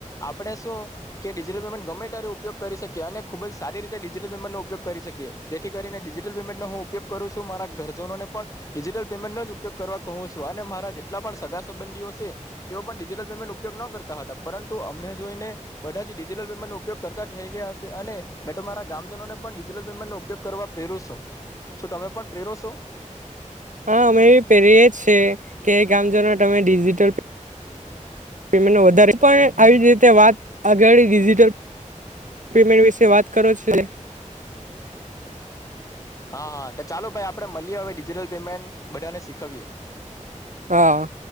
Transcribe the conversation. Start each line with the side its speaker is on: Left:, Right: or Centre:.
Left: આપણે શું કે ડિજિટલ પેમેન્ટ ગમે ત્યારે ઉપયોગ કરી શકીએ અને ખુબ જ સારી રીતે ડિજિટલ પેમેન્ટ નો ઉપયોગ કરી શકીએ જેથી કરીને ડિજિટલ પેમેન્ટ નો હું ઉપયોગ કરું છું મારા ઘરજનોને પણ ડિજિટલ પેમેન્ટનો જ ઉપયોગ કરવા કહું છું અને મારા જેટલા પણ સગા સંબંધીઓ છે તેઓ પણ ડિજિટલ પેમેન્ટ ઉપયોગ ન કરતા હતા પરંતુ અમને જોઈને બધા જ ડિજિટલ પેમેન્ટ નો ઉપયોગ કરતા થઈ ગયા હશે અને મે મારા ગામજનોને પણ ડિજટલ પેમેન્ટ નો ઉપયોગ કરવા પ્રેરું છું શું તમે પણ પ્રેરો છો?
Right: હા અમે એવી પેરી જ છે કે ગામજનો તમે ડિજિટલમેન્ટ વધારે પણ આવી જ રીતે વાત આગળ ડિજિટલ પેમેન્ટ વિશે વાત કરો છો.
Left: હા હા ચાલો ભાઈ આપે મળીએ હવે ડિજીિટલ પેમેન્ટ બધાને શીખવીએ.
Right: હા.